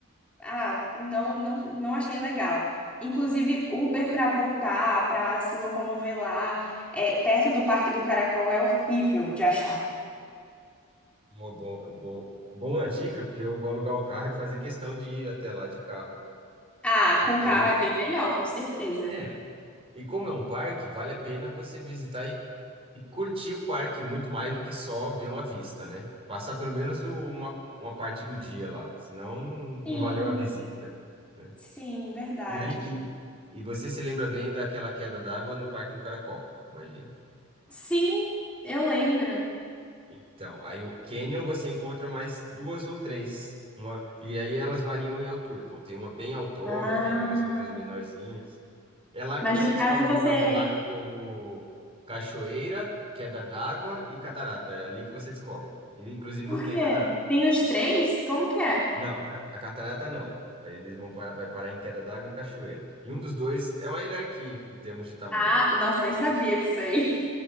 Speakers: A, in the centre; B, on the right.
A: Ah, não, não, não achei legal. Inclusive, Uber pra voltar, pra se locomover lá, é, perto do Parque do Caracol, é horrível de achar.
B: Uma boa, boa, boa dica, porque eu vou alugar o carro e fazer questão de ir até lá de carro.
A: Ah,
B: Que
A: com
B: coisa.
A: carro é bem melhor, com certeza.
B: É. E como é um parque, vale a pena você visitar e, e curtir o parque muito mais do que só ver uma vista, né? Passar pelo menos o- uma, uma parte do dia lá, senão não, não
A: Sim,
B: valeu a visita, né?
A: sim, verdade.
B: E aí, e, e você se lembra bem daquela queda d'água no Parque do Caracol, imagina.
A: Sim, eu lembro.
B: Então, aí o cânion você encontra mais duas ou três. Uma, e aí elas variam em altura. Então, tem uma bem altona,
A: Ah,
B: tem umas outras menorzinhas. É lá
A: mas
B: que você
A: no caso
B: descobre
A: você.
B: vocabulário como cachoeira, queda d'água e catarata. É ali que você descobre. E, Inclusive,
A: Por
B: não tem
A: quê?
B: catarata.
A: Tem os três? Como que é?
B: Não, a, ca- a catarata não. Aí eles vão parar, vai parar em queda d'água e cachoeira. E um dos dois é uma hierarquia em, em termos de tamanho.
A: Ah, nossa, nem
B: Eu esqueci.
A: sabia disso aí.